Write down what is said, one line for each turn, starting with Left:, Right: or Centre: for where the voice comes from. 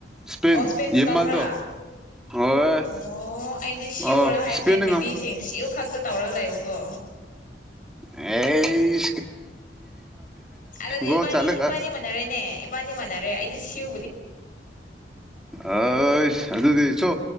Centre: ꯏꯁꯄꯦꯟ
Left: ꯑꯣ ꯏꯁꯄꯦꯟꯕꯨ
Centre: ꯌꯦꯃꯜꯗꯣ
Left: ꯇꯧꯕ꯭ꯔꯥ
Centre: ꯍꯣꯏ
Left: ꯑꯣ ꯑꯩꯗꯤ ꯁꯤꯌꯎꯨꯔ
Centre: ꯑꯣ
Left: ꯍꯥꯏꯕꯅꯦ
Centre: ꯏꯁꯄꯦꯟꯅ
Left: ꯃꯤꯁꯤꯡ ꯁꯤꯌꯎ ꯈꯛꯇ ꯇꯧꯔꯒ ꯂꯩꯕꯀꯣ
Centre: ꯑꯦ
Left: ꯑꯗꯤ
Centre: ꯒꯣꯜ
Left: ꯏꯕꯥꯅꯤ
Centre: ꯆꯜꯂꯒ
Left: ꯏꯕꯥꯅꯤꯅꯤ ꯃꯅꯔꯦꯅꯦ ꯏꯕꯥꯅꯤꯅꯤ ꯃꯅꯔꯦ ꯑꯩꯗꯤ ꯁꯤꯨ
Centre: ꯑ ꯑꯩ ꯑꯗꯨꯗꯤ ꯁꯣ